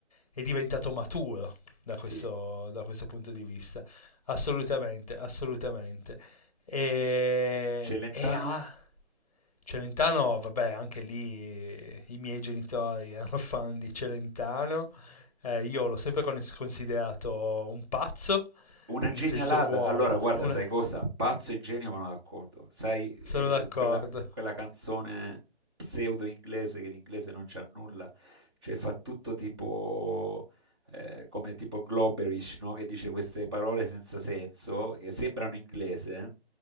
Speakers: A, on the left; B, on the right.
A: è diventato maturo da questo,
B: Sì.
A: da questo punto di vista, assolutamente, assolutamente. E,
B: Celentano?
A: e a Celentano, vabbè, anche lì i miei genitori erano fan di Celentano. Eh, io l'ho sempre con- considerato un pazzo,
B: Una
A: in
B: genialata.
A: senso buono.
B: Allora, guarda,
A: Una-
B: sai cosa? Pazzo e genio vanno d'accordo. Sai, eh,
A: Sono d'accordo.
B: quella, quella canzone pseudo inglese che l'inglese non c'ha nulla, cioè fa tutto tipo eh, come tipo Globerish, no? Che dice queste parole senza senso che sembrano inglese. eh.